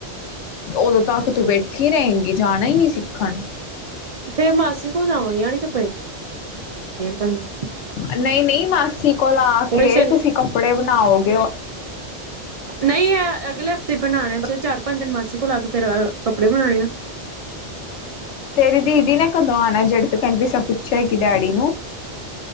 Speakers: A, on the left; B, on the right.
A: ਉਦੋਂ ਤੱਕ ਤੂੰ ਬੈਠੀ ਰਹੇਗੀ ਜਾਣਾ ਹੀ ਨਹੀਂ ਸਿੱਖਣ?
B: ਫੇਰ ਮਾਸੀ ਕੋਲ ਜਾਵਾਂਗੇ। ਤੁਹਾਨੂੰ
A: ਨਹੀਂ-ਨਹੀਂ, ਮਾਸੀ ਕੋਲ ਆ
B: ਹੁਣ
A: ਕੇ
B: ਸ਼ਨੀ
A: ਤੁਸੀਂ ਕੱਪੜੇ ਬਣਾਓਗੇ।
B: ਨਹੀਂ, ਇਹ ਅਗਲੇ ਹਫ਼ਤੇ ਬਣਾਉਣੇ ਆ। ਚਾਰ- ਪੰਜ ਦਿਨ ਮਾਸੀ ਕੋਲ ਲਾ ਕੇ ਫਿਰ ਕੱਪੜੇ ਬਣਾਉਣੇ ਆ।
A: ਤੇਰੀ ਦੀਦੀ ਨੇ ਕਦੋਂ ਆਣਾ ਏ? ਜਿਹੜੀ ਤੂੰ ਕਹਿੰਦੀ ਸੀ ਚ ਕਿ ਡੈਡੀ ਨੂੰ